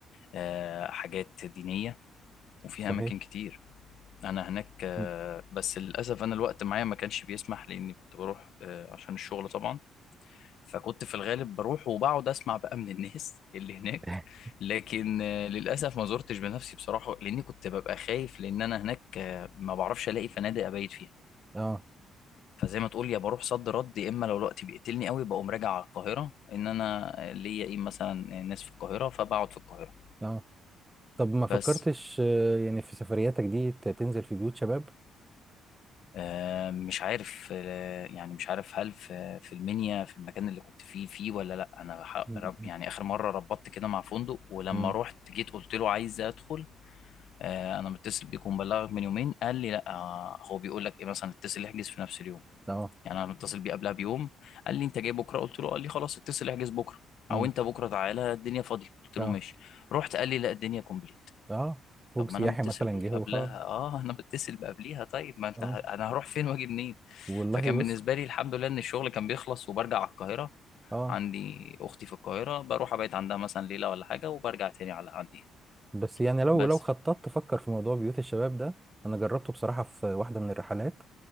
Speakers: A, on the left; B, on the right.
A: آه حاجات دينية وفيها
B: صحيح
A: أماكن كتير أنا هناك آه
B: م-
A: بس للأسف أنا الوقت معايا ما كانش بيسمح لأني كنت بروح آه عشان الشغل طبعا فكنت في الغالب بروح وبقعد اسمع بقى من الناس <laughs> اللي هناك
B: <laughs>
A: لكن آه، للاسف ما زرتش بنفسي بصراحه لاني كنت ببقى خايف لان انا هناك آه، ما بعرفش الاقي فنادق ابيت فيها
B: اه
A: فزي ما تقول يا بروح صد رد يا اما لو الوقت بيقتلني قوي بقوم راجع على القاهره ان انا ليا ايه مثلا ناس في القاهره فبقعد في القاهره
B: اه طب ما فكرتش
A: بس
B: آه، يعني في سفرياتك دي ت- تنزل في بيوت شباب
A: آه، مش عارف آه، يعني مش عارف هل في في المنيا في المكان اللي كنت فيه فيه ولا لا انا ح-
B: م-
A: رب- يعني اخر مره ربطت كده مع فندق ولما
B: م-
A: رحت جيت قلت له عايز ادخل آه، انا متصل بيك ومبلغك من يومين قال لي لا آه، هو بيقول لك ايه مثلا اتصل احجز في نفس اليوم
B: اه
A: يعني انا متصل بيه قبلها بيوم قال لي انت جاي بكره قلت له قال لي خلاص اتصل احجز بكره
B: امم
A: او انت بكره تعالى الدنيا فاضيه قلت له
B: اه
A: ماشي رحت قال لي لا الدنيا كومبليت
B: اه فوق
A: طب
B: سياحي
A: ما انا متصل
B: مثلا
A: بيك
B: جه
A: قبلها
B: وخلاص
A: اه انا متصل بقبليها طيب ما انت
B: اه
A: ه- انا هروح فين واجي منين
B: والله
A: فكان
B: بص
A: بالنسبه لي الحمد لله ان الشغل كان بيخلص وبرجع على القاهره
B: اه
A: عندي اختي في القاهره بروح ابيت عندها مثلا ليله ولا حاجه وبرجع تاني على عندي
B: بس يعني لو
A: بس
B: لو خططت تفكر في موضوع بيوت الشباب ده انا جربته بصراحة في واحدة من الرحلات